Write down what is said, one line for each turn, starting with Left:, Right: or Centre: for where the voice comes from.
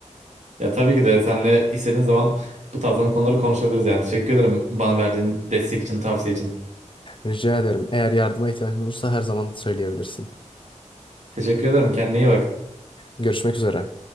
Right: Ya tabii ki de seninle istediğin zaman bu tarzdan konuları konuşabiliriz yani. Teşekkür ederim bana verdiğin destek için, tavsiye için.
Left: Rica ederim. Eğer yardıma ihtiyacın olursa her zaman söyleyebilirsin.
Right: Teşekkür ederim. Kendine iyi bak.
Left: Görüşmek üzere.